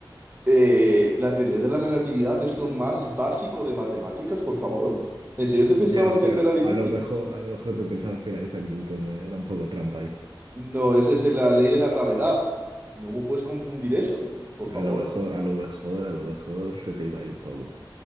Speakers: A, on the right (about 20°); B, on the right (about 65°).
A: Eh, la teoría de la relatividad es lo más básico de matemáticas, por favor. ¿En serio te pensabas
B: Ya,
A: que
B: pero
A: esta era difícil?
B: a lo mejor, a lo mejor te pensabas que era Isaac Newton, ¿eh? Era un poco trampa ahí.
A: No, esa es la ley de la gravedad. No me puedes confundir eso, por favor.
B: A lo mejor, a lo mejor, a lo mejor se te iba ahí un poco.